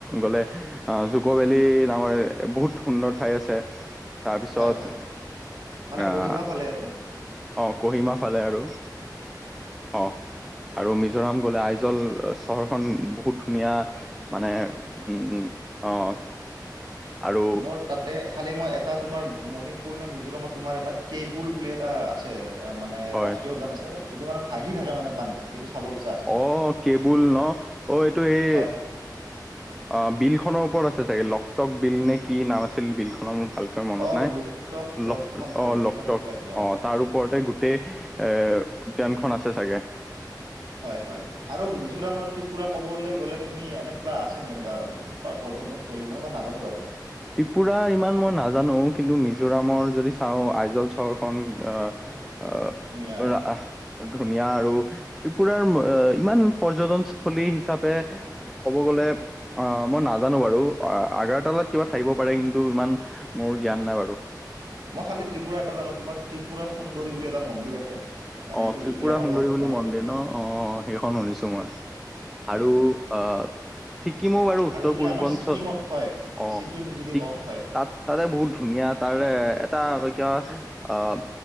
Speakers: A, in the centre; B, on the right (about 75°).
A: গলে আহ জুক ভেলি নামৰ বহুত সুন্দৰ ঠাই আছে, তাৰপিছত
B: হয় হয় মানে
A: আহ
B: কহিমা ফালে আৰু
A: অ', কহিমা ফালে আৰু। অ', আৰু মিজোৰাম গ'লে আইজল চহৰখন বহুত ধুনীয়া। মানে, উম অ'। আৰু
B: মোৰ তাত তে খালী মই এটা তোমাৰ, মণিপুৰ নে মিজোৰামত তোমাৰ এটা কেবুল বুলি এটা আছে। এ মানে
A: হয়
B: ৰাষ্ট্ৰীয়দ্যান আছে, যিটো মানে ভাহি থাকে মানে পানীত, সেইটো চাব ইচ্ছা আছে
A: অ' কেবুল ন অ' এইটো এই
B: হয় হয়
A: অ' বিল খনৰ ওপৰত আছে চাগে, লকটক বিল নে কি নাম আছিল বিল খনৰ ভালকৈ মনত
B: অ'
A: নাই,
B: লোকটক হ্ৰদখন
A: ল
B: চাগে
A: অ' লটক
B: কিবা সেনেকুৱা আছিল
A: অ'। তাৰ ওপৰতে গোটেই, এ উদ্যানখন আছে চাগে।
B: হয় হয়, আৰু মিজোৰামৰ ত্ৰিপুৰা ক'বলৈ গ'লে, তুমি এনেকিবা আছে নেকি এনেকুৱা প পৰজটন চলি, মই ইমান নাজানো বাৰু।
A: ত্ৰিপুৰা ইমান মই নাজানো, কিন্তু মিজোৰামৰ যদি চাওঁ আইজল চহৰখন, আহ আহ,
B: ধুনীয়া
A: তোৰ
B: আৰু
A: আহ ধুনীয়া আৰু, ত্ৰিপুৰাৰ, ইমান পৰ্যটনস্থলী হিচাপে ক'ব গ'লে, অ' মই নাজানো বাৰু আগাৰতালাত কিবা থাকিব পাৰে কিন্তু, ইমান মোৰ জ্ঞান নাই বাৰু।
B: মই খালি ত্ৰিপুৰা এটা জানো, তোমাৰ ত্ৰিপুৰা সুন্দৰী বুলি এটা মন্দিৰ আছে। মানে
A: অ'
B: এইটো
A: ত্ৰিপুৰা
B: ইতিহাসৰ
A: সুন্দৰী
B: লগত
A: বুলি
B: মানে
A: মন্দিৰ
B: জড়িত
A: ন, অ' সেইখন শুনিছো মই। আৰু,
B: হয় হয়
A: আহ ছিকিমো বাৰু উত্তৰ
B: আৰু যদি
A: পূৰ্বাঞ্চল,
B: আমাৰ ছিকিমত হয়
A: অ'
B: ছিকিম যদি
A: ছিকিম
B: কওঁ হয়
A: তাত, তাতে বহুত ধুনীয়া, তাৰে এটা কিয় আ